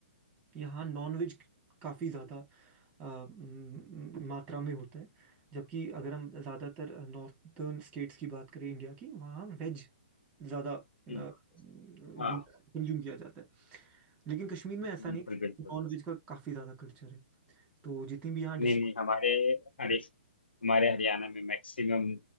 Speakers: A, on the right; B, on the left.
A: यहाँ नॉनवेज काफ़ी ज़्यादा अ, म- म- मात्रा में होता है जबकि अगर हम ज़्यादातर नॉर्थर्न स्टेट्स की बात करें इंडिया की वहाँ वेज ज़्यादा
B: हम्म,
A: कंज्यूम
B: हाँ
A: किया जाता है लेकिन कश्मीर में ऐसा
B: बिल्कुल
A: नहीं
B: बिल्कुल
A: है नॉन वेज का काफ़ी ज़्यादा कल्चर है तो जितनी भी यहाँ डिशेज
B: नहीं नहीं हमारे हरि हमारे हरियाणा में मैक्सिमम